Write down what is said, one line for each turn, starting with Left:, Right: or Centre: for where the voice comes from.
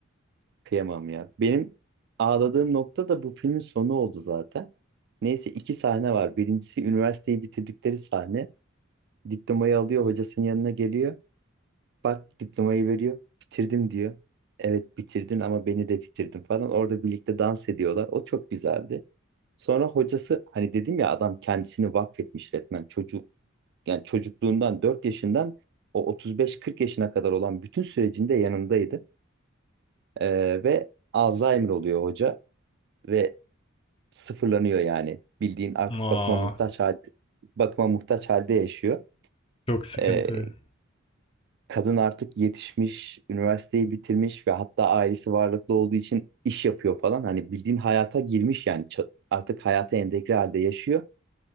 Right: Kıyamam ya. Benim ağladığım nokta da bu filmin sonu oldu zaten. Neyse iki sahne var. Birincisi üniversiteyi bitirdikleri sahne. Diplomayı alıyor, hocasının yanına geliyor. Bak diplomayı veriyor. Bitirdim diyor. Evet bitirdin ama beni de bitirdin falan. Orada birlikte dans ediyorlar. O çok güzeldi. Sonra hocası hani dedim ya adam kendisini vakfetmiş resmen çocuk yani çocukluğundan 4 yaşından o 35-40 yaşına kadar olan bütün sürecinde yanındaydı. Ee, ve Alzheimer oluyor hoca ve sıfırlanıyor yani. Bildiğin artık
Left: Aa,
Right: bakıma muhtaç halde, bakıma muhtaç halde yaşıyor.
Left: çok sıkıntı.
Right: Ee, kadın artık yetişmiş, üniversiteyi bitirmiş ve hatta ailesi varlıklı olduğu için iş yapıyor falan. Hani bildiğin hayata girmiş yani Ça- artık hayata entegre halde yaşıyor.